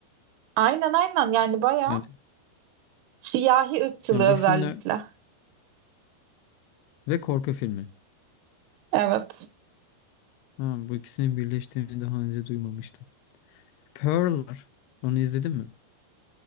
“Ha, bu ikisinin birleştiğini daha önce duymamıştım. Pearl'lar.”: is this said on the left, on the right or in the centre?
Left